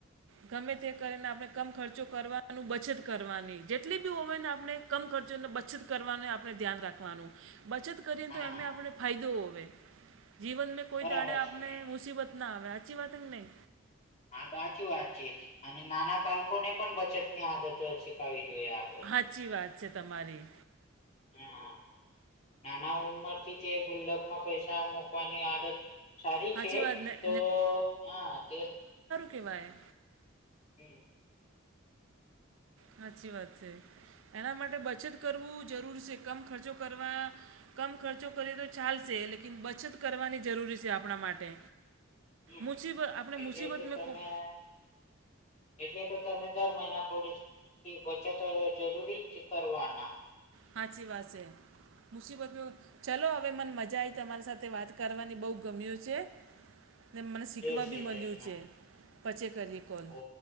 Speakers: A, on the right; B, on the left.
A: ગમે તે કરીને આપણે કમ ખર્ચો કરવાનું બચત કરવાની જેટલી બી ઓવેન આપણે, કમ ખર્ચોને બચત કરવાનું આપણે ધ્યાન રાખવાનું. બચત કરીએને
B: હા
A: તો એમને આપણે ફાયદો હોવે જીવનમાં કોઈ
B: બરાબર
A: દાણે આપણે
B: છે.
A: મુસીબત, ના આવે હાચી વાતંગ નહીં.
B: હા તો સાચી વાત છે, અને નાના બાળકો ને પણ બચત ની આદત શીખવી જોઈએ આપ
A: સાચી વાત છે તમારી.
B: હા નાના ઉંમરથી તે ગુલ્લક માં પૈસા મુકવાની આદત. સારી
A: સાચી
B: છે
A: વાત ને
B: તો હા તે,
A: કેહેવાય.
B: હમ,
A: સાચી વાત છે, એના માટે બચત કરવું જરૂરી છે, કમ ખર્ચો કરવા, કમ ખર્ચો કરીએ તો ચાલશે લેકિન બચત કરવાની જરૂરી છે આપણા માટે,
B: હમ
A: મુસીબત આપણે
B: એટલે
A: મુસીબતમાં
B: તો તમે,
A: કો-
B: એટલે તો તમે દર મહિના થોડી બચતો જરૂરી જ કરવાના
A: હાચી વાત છે મુસીબતો ચલો હવે મને મજા આઈ તમારી સાથે વાત કરવાની બહ ગમ્યું છે. ને મને શીખવા
B: જય શ્રી
A: બી મળ્યું
B: કૃષ્ણ
A: છે પછે કરીએ કોલ
B: ઓ